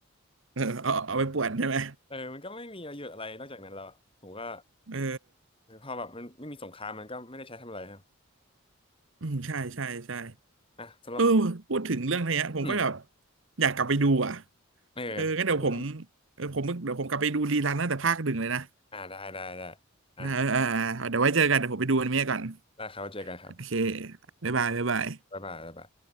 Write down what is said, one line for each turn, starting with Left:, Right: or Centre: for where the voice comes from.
Right: เออเอาเอาเอาไปป่วนใช่ไหม
Left: เออมันก็ไม่มีประโยชน์อะไรนอกจากนั้นแล้วอะผมก็
Right: เออ
Left: เออพอแบบมันไม่มีสงครามมันก็ไม่ได้ใช้ทำอะไรครับ
Right: อืมใช่ใช่ใช่
Left: นะสำหรับ
Right: เออพูดถึงเรื่องเนี้ยผมก็แบบ
Left: อืม
Right: อยากกลับไปดูอ่ะ
Left: เอ
Right: เอองั้นเดี๋ยวผม
Left: อ
Right: เออผมเดี๋ยวผมกลับไปดูรีรันตั้งแต่ภาคหนึ่งเลยนะ
Left: อ่าได้ได้ได้อ่ะ
Right: นะเออเออเออเดี๋ยวไว้เจอกันเดี๋ยวผมไปดูอนิเมะก่อน
Left: แล้วเขาเจอกันครับ
Right: โอเคบ๊ายบายบ๊ายบาย
Left: บ๊ายบายบ๊ายบาย